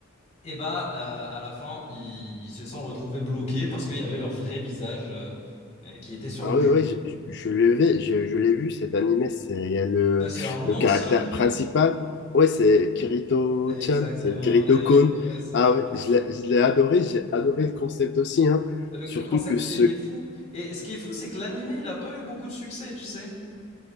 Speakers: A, on the left; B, on the left.
A: et bah, euh, à la fin, ils, ils se sont retrouvés bloqués parce qu'il y avait leur vrai visage euh, euh, qui était sur
B: Ah
A: le
B: oui,
A: jeu.
B: oui, je, je, je l'ai vu, je, je l'ai vu cet animé, c'est il y a le,
A: Et C'est un
B: le
A: ancien
B: caractère
A: animé.
B: principal. Oui, c'est Kirito-chan,
A: Exactement.
B: c'est Kirito-kun.
A: Et, euh, c'est
B: Ah
A: Kirito.
B: oui, je l'ai je l'ai adoré, j'ai adoré le concept aussi, hein.
A: Le,
B: Surtout
A: le concept,
B: que ce
A: il était fou. Et ce qui est fou, c'est que l'animé, il a pas eu beaucoup de succès, tu sais.